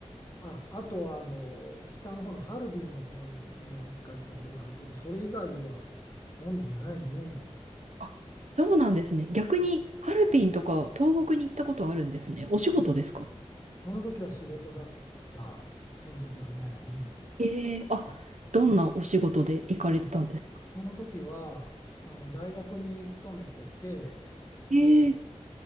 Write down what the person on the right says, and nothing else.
あ、そうなんですね。逆に、ハルピンとか東北に行ったことあるんですね。お仕事ですか
ええーあ、どんなお仕事で行かれてたんですか
ええ